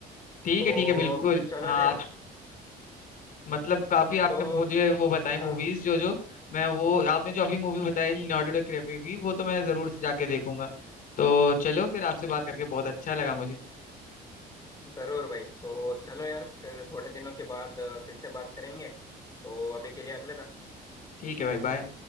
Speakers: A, on the left; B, on the left.
A: ठीक
B: तो
A: है ठीक है बिल्कुल
B: चलो
A: हाँ
B: यार
A: मतलब काफी आपने
B: तो
A: मुझे वो बताई मूवीज
B: हाँ
A: जो जो मैं वो आपने जो अभी मूवी बताई लियोनार्डो डिकैप्रियो की वो तो मैं जरूर से जाके देखूंगा तो चलो फिर आपसे बात करके बहुत अच्छा लगा मुझे
B: जरूर भाई तो चलो यार फिर थोड़े दिनों के बाद अ, फिर से बात करेंगे तो अभी के लिए अलविदा
A: ठीक है भाई बाय